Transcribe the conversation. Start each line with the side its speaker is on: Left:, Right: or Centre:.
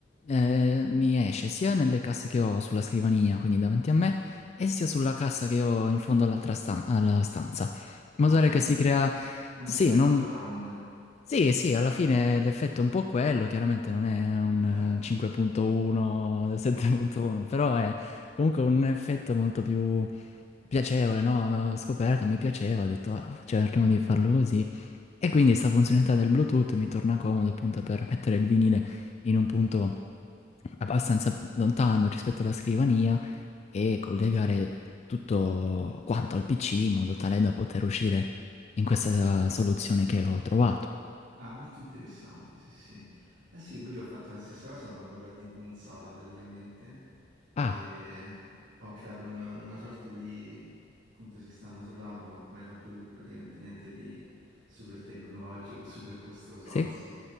Left: eh, mi esce sia nelle casse che ho sulla scrivania, quindi davanti a me, e sia sulla cassa che ho in fondo all'altra stan- alla stanza. In
Right: Ah,
Left: modo tale
Right: quindi
Left: che si crea...
Right: un
Left: Sì,
Right: effetto
Left: non...
Right: surround,
Left: sì, sì, alla fine l'effetto è un po' quello, chiaramente non è un
Right: certo.
Left: eh, 5.1, 7.1,
Right: <laughs>
Left: però è comunque un effetto molto più piacevole, no? Ho scoperto, mi piaceva, ho detto, "Ah, cioè, cerchiamo di farlo così. E quindi questa funzionalità del Bluetooth mi torna comodo appunto per mettere il vinile in un punto abbastanza lontano rispetto alla scrivania e collegare tutto quanto al PC in modo tale da poter uscire in questa eh, soluzione che ho trovato.
Right: Ah, molto interessante, sì, sì. Eh sì, pure io ho fatto la stessa cosa, ma con la TV in sala praticamente. E
Left: Ah,
Right: ho creato un- una sorta di, appunto, sistema surround, ma come hai fatto tu, praticamente niente di super tecnologico, super costoso,
Left: sì?
Right: anzi...